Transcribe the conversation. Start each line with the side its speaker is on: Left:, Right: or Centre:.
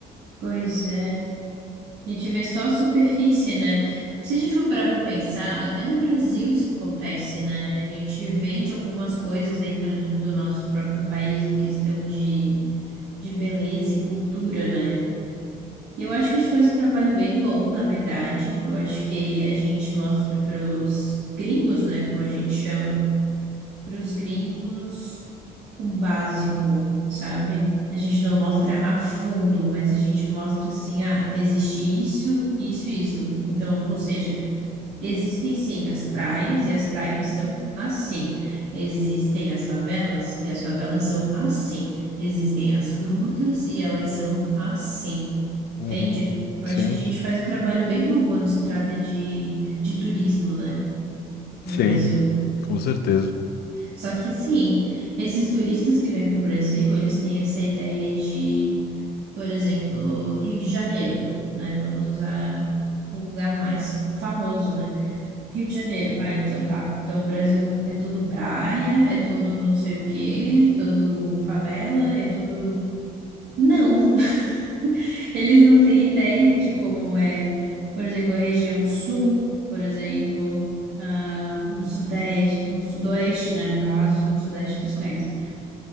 Right: Pois é. A gente vê só a superfície, né? Se a gente for parar para pensar, até no Brasil isso acontece, né? A gente vende algumas coisas dentro do do nosso próprio país em questão de, de beleza e cultura, né? E eu acho que a gente faz um trabalho bem bom, na verdade. Eu acho que a gente mostra para os gringos, né? Como a gente chama. para os gringos o básico, sabe? A gente não mostra a fundo, mas a gente mostra assim, ah, existe isso, isso, isso. Então, ou seja, existem sim as praias e as praias são assim. Existem as favelas e as favelas são assim. Existem as frutas e elas são assim.
Left: Uhum.
Right: Entende? Eu acho
Left: Sim,
Right: que a gente faz um trabalho bem bom quando se trata de, de turismo, né? No
Left: sim.
Right: Brasil.
Left: Com certeza. <laughs>
Right: Só que assim, esses turistas que vêm para o Brasil, eles têm essa ideia de, por exemplo, Rio de Janeiro, né? Vamos usar o lugar mais famoso, né? Rio de Janeiro. Ah, então tá. Então o Brasil é tudo praia, é tudo não sei o quê, tudo favela, é tudo. Não, <laughs> eles não têm ideia de como é, por exemplo, a região sul, por exemplo, ah, o sudeste, o sudoeste, né? No caso, o sudeste eles conhecem.